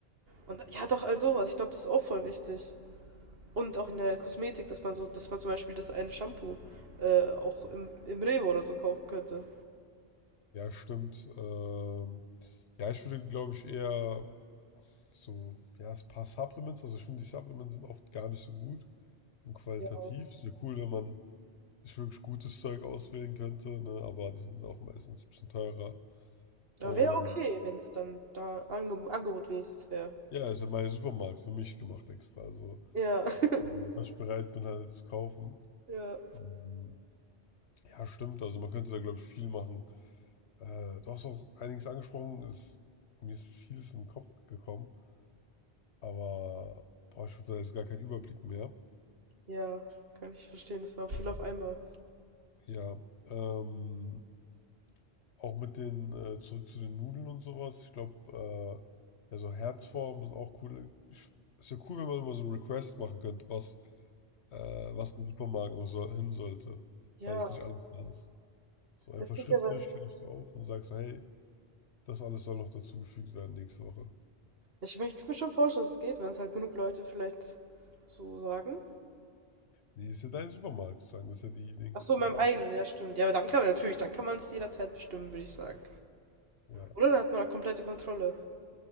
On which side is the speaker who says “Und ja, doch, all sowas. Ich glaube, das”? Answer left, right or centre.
Right